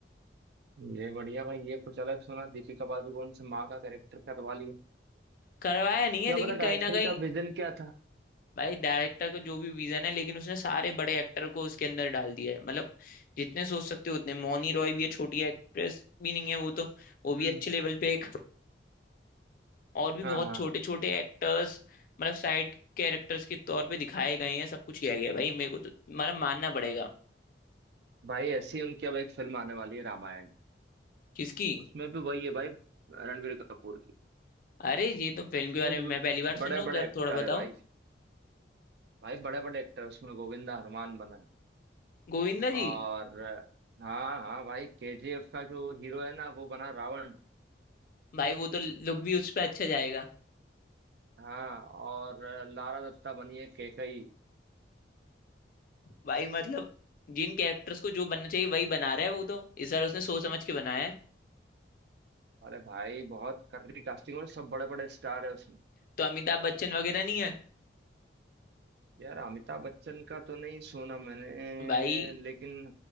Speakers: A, on the right; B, on the left.
A: ये बढ़िया भाई ये कुछ अलग सुना दीपिका पादुकोण से माँ का कैरेक्टर करवा लिया
B: करवाया नहीं है
A: क्या पता
B: लेकिन
A: डायरेक्टर
B: कहीं ना कहीं
A: का विजन क्या था
B: भाई डायरेक्टर का जो भी विजन है लेकिन उसने सारे बड़े एक्टर को उसके अंदर डाल दिया है मतलब जितने सोच सकते हो उतने मौनी रॉय भी है छोटी एक्ट्रेस भी नहीं है वो तो वो भी
A: हम्म
B: अच्छे लेवल पे एक और भी
A: हाँ
B: बहुत
A: हाँ
B: छोटे
A: हाँ।
B: छोटे एक्टर्स मतलब साइड कैरेक्टर्स के तौर पे दिखाए गए हैं सब कुछ किया गया है। भाई मेरे को तो मतलब मानना पड़ेगा
A: भाई ऐसी उनकी अब एक फिल्म आने वाली है रामायण
B: किसकी
A: उसमें भी वही है भाई रणबीर कपूर की
B: अरे ये तो फिल्म
A: उसमें
B: के बारे में
A: भी
B: मैं पहली बार
A: बड़े
B: सुन रहा हूँ जरा
A: बड़े एक्टर
B: थोड़ा बताओ
A: है भाई भाई बड़े बड़े एक्टर उसमें गोविंदा हनुमान बना है
B: गोविंदा
A: और
B: जी
A: हाँ हाँ भाई केजीएफ का जो हीरो है ना वो बना रावण
B: भाई वो तो लुक भी उस पर अच्छा जाएगा
A: हाँ और लारा दत्ता बनी है केकई
B: भाई मतलब जिन कैरेक्टर्स को जो बनना चाहिए वही बना रहा है वो तो इस बार उसने सोच समझ के बनाया है
A: अरे भाई बहुत कर्री कास्टिंग और सब बड़े बड़े स्टार है उसमें
B: तो अमिताभ बच्चन वगैरह नहीं है
A: यार अमिताभ बच्चन का तो नहीं सुना मैंने
B: भाई
A: लेकिन